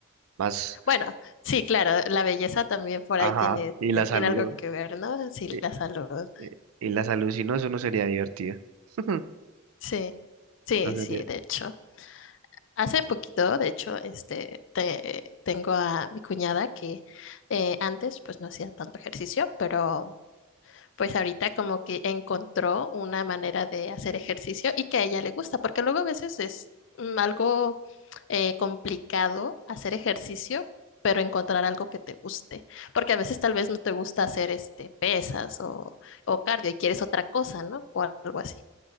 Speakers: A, on the right; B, on the left.
A: más,
B: bueno, sí, claro, la belleza también por
A: ajá,
B: ahí tiene,
A: y la salud,
B: tiene algo que ver, ¿no? Sí,
A: eh,
B: la salud.
A: eh, y la salud, si no, eso no sería divertido. <laughs>
B: Sí, sí,
A: No sería-
B: sí, de hecho. Hace poquito, de hecho, este, te- tengo a mi cuñada que eh, antes pues no hacía tanto ejercicio, pero pues ahorita como que encontró una manera de hacer ejercicio y que a ella le gusta, porque luego a veces es mm, algo eh, complicado hacer ejercicio, pero encontrar algo que te guste, porque a veces tal vez no te gusta hacer este, pesas o, o cardio y quieres otra cosa, ¿no? O algo así.